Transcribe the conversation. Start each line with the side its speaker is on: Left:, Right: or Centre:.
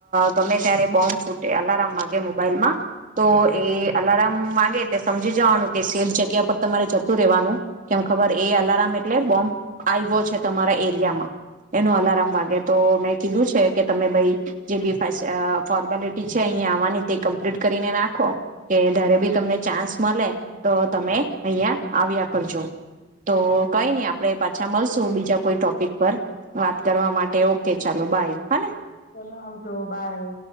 Right: તમે ત્યારે બોમ્બ ફૂટે, અલાર્મ વાગે મોબાઈલમાં તો એ અલાર્મ વાગે તે સમજી જવાનું કે સેફ જગ્યા પર તમારે જતું રહેવાનું, કેમ ખબર એ અલાર્મ એટલે બોમ્બ આવ્યો છે, તમારા એરિયામાં એનું અલાર્મ વાગે તો મેં કીધું છે કે તમે ભાઈ જે બી ફ અહ ફોર્મેલિટી છે અહિયાં આવવાની તે કમ્પ્લીટ કરીને નાખો કે જારે બી તમને ચાન્સ મળે તો તમે અહં આવ્યા કરજો, તો કઈ નઈ આપડે પાછા મળશું બીજા કોઈ ટોપિક પર વાત કરવા માટે, ઓકે, ચાલો બાય હાને.
Left: ચલો આવજો, બાય.